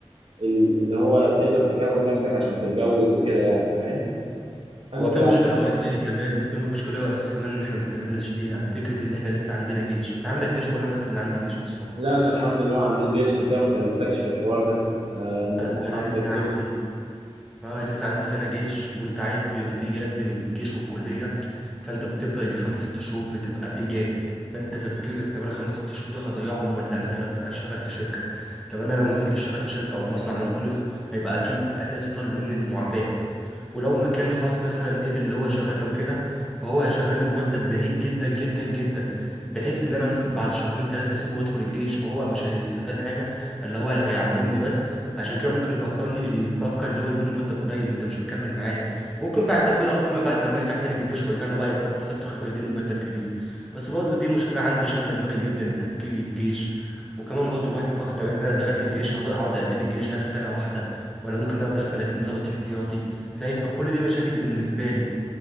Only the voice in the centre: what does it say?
هو في
مشكله رئيسيه كمان في مشكله رئيسيه كمان ان احنا ما اتكلمناش فيها فكره ان احنا لسه عندنا جيش انت عندك جيش ولا انا بس اللي عندي جيش اصلا
لا
ده انا
لسه عندي
اه لسه عندي سنة جيش وانت عارف بيبقى في جاب بين الجيش والكلية فانت بتفضل يجي خمس ست شهور بتبقى في جاب فانت تفكيرك طب انا خمس ست شهور ده هضيعهم ولا انزل اشتغل في شركة طب انا لو نزلت اشتغل في شركة او مصنع ما ممكن هيبقى اكيد اساسي طالب مني المعافاة ولو مكان خاص مثلا قبل اللي هو شغلني وكده فهو هيشغلني بمرتب زهيد جدا جدا جدا بحيث ان انا ممكن بعد شهرين ثلاثة اسيبه وادخل الجيش فهو مش هيستفاد حاجة اللي هو هيعلمني بس فعشان كده ممكن يفكرني يفكر اللي هو يديني مرتب قليل انت مش مكمل معايا ممكن بعد كده اه فيما بعد لما يرجع تاني من الجيش ويرجع له بقى يبقى انا اكتسبت خبره يديني مرتب كبير بس برضه دي مشكله عندي شغله دماغي جدا التفكير الجيش وكمان برضه الواحد بيفكر طب إيه، انا دخلت الجيش هاخد هقعد قد ايه في الجيش هل سنه واحده ولا ممكن افضل سنتين ظابط احتياطي فاهم فكل دي مشاكل بالنسبه لي